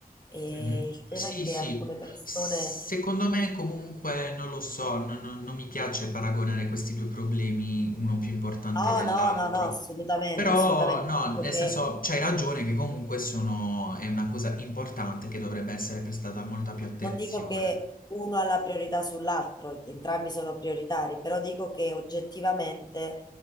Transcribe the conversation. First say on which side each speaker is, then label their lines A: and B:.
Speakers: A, on the left; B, on the left.
A: E
B: Mh-mh.
A: il tema
B: Sì,
A: è che
B: sì.
A: alcune persone...
B: Secondo me comunque non lo so, non non non mi piace paragonare questi 2 problemi, uno più importante
A: ah,
B: dell'altro.
A: No, no, no, no, assolutamente,
B: Però
A: assolutamente.
B: no,
A: Dico
B: nel
A: che
B: senso c'hai ragione che comunque sono è una cosa importante che dovrebbe essere prestata molta più attenzione.
A: Non dico che uno ha la priorità sull'altro, entrambi sono prioritari, però dico che oggettivamente